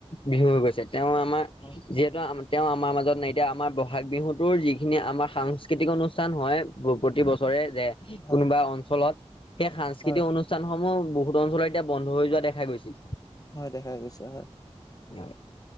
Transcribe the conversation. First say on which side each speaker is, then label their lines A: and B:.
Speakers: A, on the left; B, on the left.
A: বিহু হৈ গৈছে তেওঁ আমাৰ
B: হয়
A: যি তেওঁ আমাৰ মাজত নাই এতিয়া আমাৰ বহাগ বিহুতো যিখিনি আমাৰ সাংস্কৃতিক অনুষ্ঠান হয়। প্ৰতি বছৰে যে
B: হয়
A: কোনোবা অঞ্চলত সেই সাংস্কৃতিক
B: হয়
A: অনুষ্ঠান স্থানসমূহ বহুত অঞ্চলৰ এতিয়া বন্ধ হৈ যোৱা দেখা গৈছে।
B: হয় দেখা গৈছে হয়।
A: <inaudible>